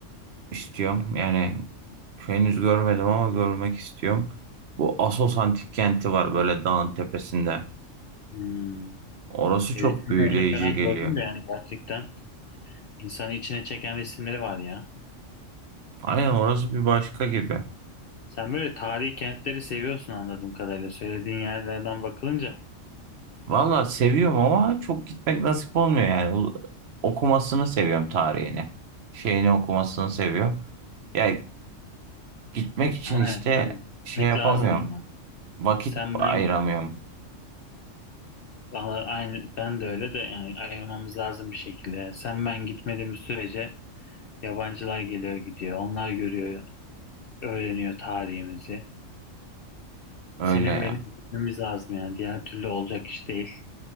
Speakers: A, on the right; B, on the left.
A: istiyorum. Yani henüz görmedim ama görmek istiyorum. Bu Assos Antik Kenti var böyle dağın tepesinde.
B: hmm,
A: Orası
B: e,
A: çok
B: resimlerini
A: büyüleyici
B: falan
A: geliyor.
B: gördüm de yani gerçekten insanı içine çeken resimleri var ya.
A: Aynen orası bir başka gibi.
B: Sen böyle tarihi kentleri seviyorsun anladığım kadarıyla söylediğin yerlerden bakılınca.
A: Valla seviyorum ama çok gitmek nasip olmuyor yani. U- Okumasını seviyorum tarihini. Şeyini okumasını seviyorum. Ya gitmek için
B: Ama
A: işte
B: yani kanka gitmek
A: şey yapamıyorum.
B: lazım ya.
A: Vakit
B: Sen
A: ayıramıyorum.
B: ben Valla aynı ben de öyle de yani ayırmamız lazım bir şekilde. Sen ben gitmediğimiz sürece yabancılar geliyor gidiyor. Onlar görüyor, öğreniyor tarihimizi.
A: Öyle
B: Senin
A: ya.
B: benim gitmemiz lazım yani. Diğer türlü olacak iş değil.